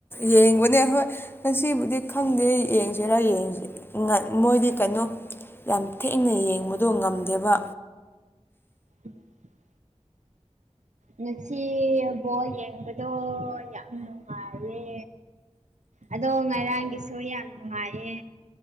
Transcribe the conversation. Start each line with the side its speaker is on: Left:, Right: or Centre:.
Left: ꯌꯦꯡꯕꯅꯦ ꯍꯣꯏ ꯉꯁꯤꯕꯨꯗꯤ ꯈꯪꯗꯦ ꯁꯤꯁꯤꯔ ꯌꯦꯡꯁꯤ ꯃꯣꯏꯗꯤ ꯀꯩꯅꯣ ꯌꯥꯝ ꯊꯦꯡꯅ ꯌꯦꯡꯕꯗꯣ ꯉꯝꯗꯦꯕ
Right: <inaudible> ꯉꯁꯤ ꯕꯣꯜ ꯌꯦꯡꯕꯗꯣ ꯌꯥꯝ ꯅꯨꯡꯉꯥꯏꯔꯦ ꯑꯗꯣ ꯉꯥꯏꯔꯥꯡꯒꯤꯁꯨ ꯌꯥꯝ ꯅꯨꯡꯉꯥꯏꯌꯦ